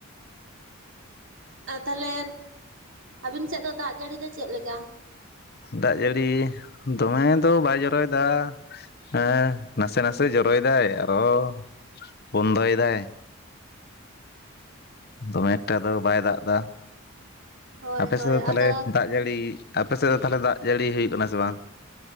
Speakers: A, on the right; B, on the left.
A: ᱚ ᱛᱟᱦᱚᱞᱮ ᱟᱹᱵᱤᱱ ᱥᱮᱫ ᱫᱚ ᱫᱟᱜ ᱡᱟᱹᱲᱤ ᱫᱚ ᱪᱮᱫᱞᱮ ᱞᱮᱠᱟ
B: ᱫᱟᱜ ᱡᱟᱹᱲᱤ ᱫᱚᱢᱮ ᱫᱚ ᱵᱟᱭ ᱡᱚᱨᱚᱭᱮᱫᱟ ᱦᱮᱸ ᱱᱟᱥᱮ ᱱᱟᱥᱮ ᱡᱚᱨᱚᱭᱮᱫᱟᱭ ᱟᱨᱚ ᱵᱚᱱᱫᱚᱭᱮᱫᱟᱭ ᱫᱚᱢᱮ ᱮᱠᱴᱟ ᱫᱚ ᱵᱟᱭ ᱫᱟᱜ ᱮᱫᱟ
A: ᱦᱳᱭ
B: ᱟᱯᱮ
A: ᱦᱳᱭ
B: ᱥᱮᱫ ᱫᱚ ᱛᱟᱦᱞᱮ
A: ᱟᱫᱚ
B: ᱫᱟᱜ ᱫᱟᱜ ᱡᱟᱹᱲᱤ ᱟᱯᱮ ᱥᱮᱫ ᱫᱚ ᱛᱟᱦᱞᱮ ᱫᱟᱜ ᱡᱟᱹᱲᱤ ᱦᱩᱭᱩᱜ ᱠᱟᱱᱟ ᱥᱮ ᱵᱟᱝ